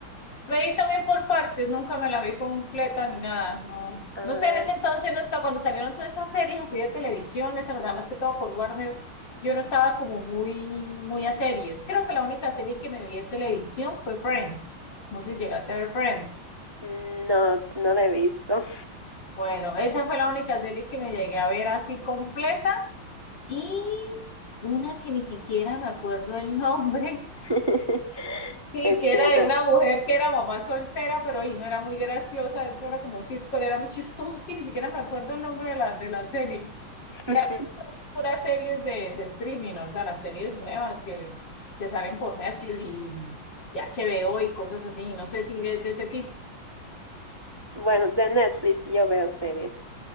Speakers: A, on the left; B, on the right.
A: Veí también por partes, nunca me la vi completa ni nada, no.
B: Ay,
A: No sé, en ese entonces no estaba, cuando salieron todas esas series así de televisión, les verdad más que todo por Warner, yo no estaba como muy, muy a series. Creo que la única serie que me vi en televisión fue Friends. No sé si llegaste a ver Friends.
B: no, no la he visto.
A: Bueno, esa fue la única serie que me llegué a ver así completa y una que ni siquiera me acuerdo el nombre,
B: <laughs>
A: Sí,
B: Entiendo.
A: que era de una mujer que era mamá soltera, pero ahí no era muy graciosa, eso era como un sitcom, era muy chistoso, es que ni siquiera me acuerdo el nombre de la, de la serie.
B: <laughs>
A: De resto, puras series de, de streaming, o sea, las series nuevas que, que salen por Netflix y, y HBO y cosas así, no sé si ves de ese tipo,
B: Bueno, de Netflix yo veo series.